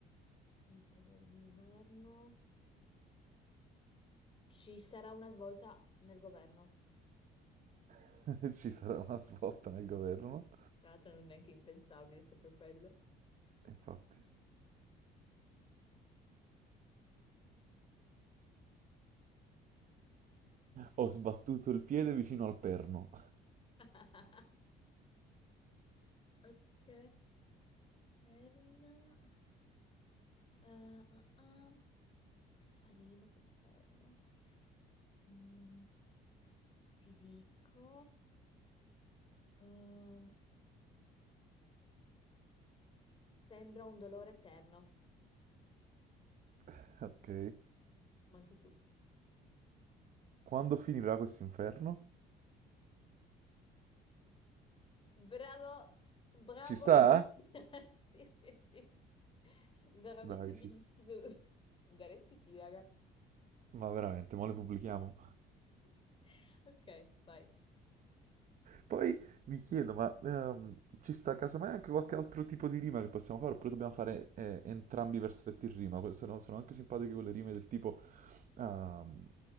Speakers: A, on the left; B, on the right.
A: sento odore d'inverno. Ci sarà una svolta nel governo.
B: <laughs> Ci sarà una svolta nel governo.
A: Tra l'altro non è neanche impensabile, se per quello.
B: Infatti. Ho sbattuto il piede vicino al perno.
A: <laughs> Ok, perna. Eh, ah, ah. Cosa fa rima con perno? Mm, ti dico, ehm, sembra un dolore eterno,
B: <laughs> Ok.
A: ma anche tu.
B: Quando finirà questo inferno?
A: Bravo, bravo.
B: Ci sta?
A: <laughs> Sì, sì, sì. Veramente
B: Dai,
A: bellissimo.
B: ci
A: <laughs> Ungaretti chi, raga?
B: Ma veramente, mo le pubblichiamo.
A: <laughs> Ok, vai.
B: Poi mi chiedo, ma ehm, ci sta casomai anche qualche altro tipo di rima che possiamo fare? Oppure dobbiamo fare eh, entrambi i versetti in rima? Que- Sono, sono anche simpatiche quelle rime del tipo, ehm,